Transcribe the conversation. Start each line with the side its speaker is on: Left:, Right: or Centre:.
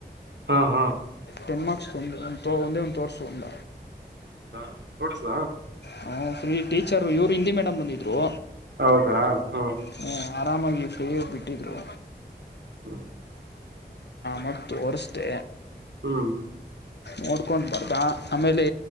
Right: ಹಾ ಹಾ
Left: ಟೆನ್ ಮಾರ್ಕ್ಸ್ ತೊಂದ ಒಂದು ತೋ ಒಂದೇ ಒಂದು ತೋರಿಸು ಒಂದ
Right: ಹೌದಾ ಕೊಡಿಸಲಾ
Left: ಹ ಫ್ರೀ ಟೀಚರು ಇವ್ರು ಹಿಂದಿ ಮೇಡಮ್ ಬಂದಿದ್ರು
Right: ಹೌದಾ ಹಾ
Left: ಹು ಆರಾಮಾಗಿ ಫ್ರೀಯ ಬಿಟ್ಟಿದರು
Right: ಹ್ಮ
Left: ಮತ್ತು ತೋರ್ಸದ್
Right: ಹ್ಮ್
Left: ನೋಡ್ಕೊಂಡ್ ಬರ್್ದ ಆಮೇಲೆ